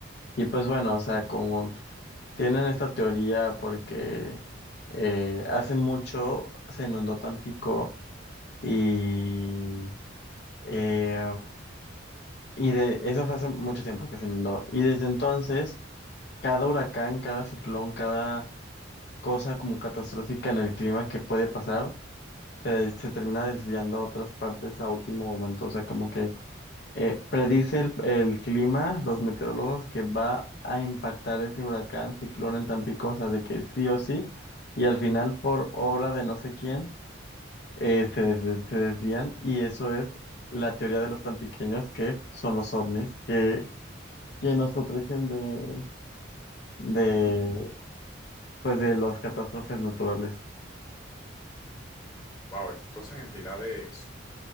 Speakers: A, on the left; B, on the left.
A: Y pues bueno, o sea, como tienen esta teoría porque eh, hace mucho se inundó Tampico y, eh, y de, eso fue hace mucho tiempo que se inundó. Y desde entonces, cada huracán, cada ciclón, cada cosa como catastrófica en el clima que puede pasar, se, se termina desviando a otras partes a último momento. O sea, como que eh, predice el, el clima, los meteorólogos, que va a impactar ese huracán, ciclón en Tampico, o sea, de que sí o sí, y al final, por obra de no sé quién, eh, se, des- se desvían, y eso es la teoría de los tampiqueños, que son los ovnis, que, que nos protegen de, de, pues, de las catástrofes naturales.
B: Wow, entonces entidades